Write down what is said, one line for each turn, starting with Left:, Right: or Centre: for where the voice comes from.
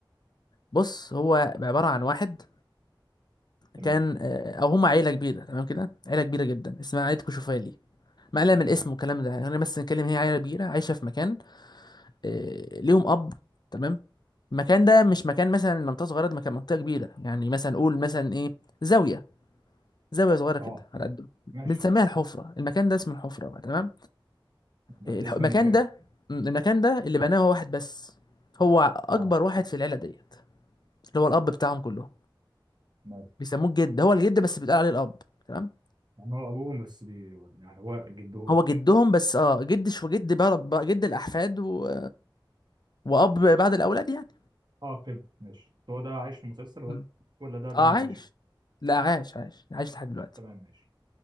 Left: بص هو عباره عن واحد
Right: تمام
Left: كان آه، او هم عيله كبيره تمام كده عيله كبيره جدا اسمها عيله كشوفالي ما قلنا من الاسم
Right: تمام
Left: والكلام ده يعني بس نتكلم هي عيله كبيره عايشه في مكان آه، ليهم اب تمام المكان ده مش مكان مثلا منطقه صغيره ده مكان منطقه كبيره يعني مثلا قول مثلا ايه زاويه زاويه صغيره كده
Right: أه
Left: على قد
Right: ماشي
Left: بنسميها الحفره المكان ده اسمه الحفره بقى تمام
Right: ده,
Left: آه،
Right: ده
Left: الح-
Right: اسم
Left: المكان
Right: المكان
Left: ده م، المكان ده اللي بناه هو واحد بس هو اكبر
Right: أه
Left: واحد في العيله ديت اللي هو الاب بتاعهم كلهم
Right: ماشي
Left: بيسموه الجد هو الجد بس بيتقال عليه الاب تمام
Right: يعني هو أبوهم بس بي يعني هو جدهم
Left: هو جدهم بس اه جد شو جد بقى بقى جد الاحفاد و... واب بعد الاولاد يعني
Right: اه فهمت ماشي بس هو ده عايش في مسلسل ولا
Left: م.
Right: ولا ده بنى
Left: اه عايش
Right: ومشي
Left: لا عايش عايش عايش لحد دلوقتي
Right: تمام ماشي